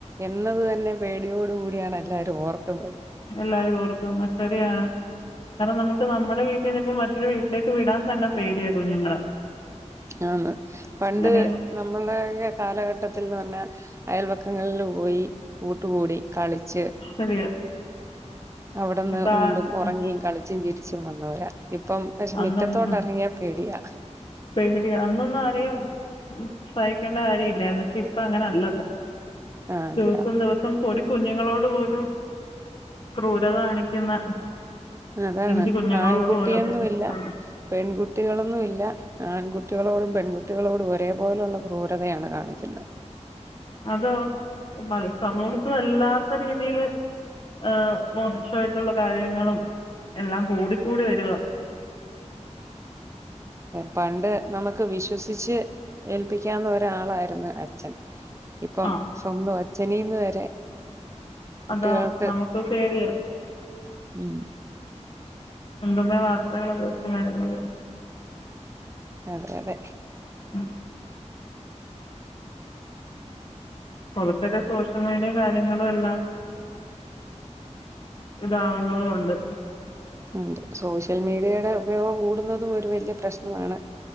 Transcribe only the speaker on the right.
എന്നത് തന്നെ പേടിയോട് കൂടിയാണ് എല്ലാരും ഓർക്കുന്നത്
ആന്ന് പണ്ട്
നമ്മള കാലഘട്ടത്തിൽ കഴിഞ്ഞ തന്നെ അയൽപക്കങ്ങളിൽ പോയി കൂട്ടുകൂടി കളിച്ച്
അവിട്ന്ന്
ഉണ്ടും ഉറങ്ങിയും
കളിച്ചും ചിരിച്ചും വന്നവരാ ഇപ്പം പക്ഷെ
മിറ്റത്തോട്ട്
ഇറങ്ങിയാ പേടിയാ
ആഹ്
ഇല്ല
അതാണ്
ആൺകുട്ടിയെന്നും
ഇല്ല പെൺകുട്ടികളെന്നും ഇല്ല ല്ല ആൺകുട്ടികളോടും പെൺകുട്ടികളോടും ഒരേപോലെള്ള ക്രൂരതയാണ് കാണിക്കുന്ന
പണ്ട് നമുക്ക് വിശ്വസിച്ച് ഏൽപ്പിക്കാവുന്ന ഒരാളായിരുന്നു അച്ഛൻ ഇപ്പം
സ്വന്തം അഛനീന്ന് വരെ കുട്ടികൾക്ക്
ഉം
അതെ അതെ
ഉണ്ട് സോഷ്യൽ മീഡിയയുടെ ഉപയോഗം കൂടുന്നതും ഒരു വല്ല്യ പ്രശ്നമാണ്.